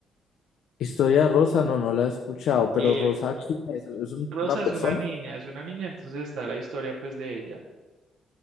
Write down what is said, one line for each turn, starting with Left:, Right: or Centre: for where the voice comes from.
Left: Historia de Rosa, no, no la he escuchado, pero
Right: Eh,
Left: Rosa, ¿quién es? ¿Es un-
Right: Rosa
Left: una persona?
Right: es una niña, es una niña, entonces está la historia pues de ella,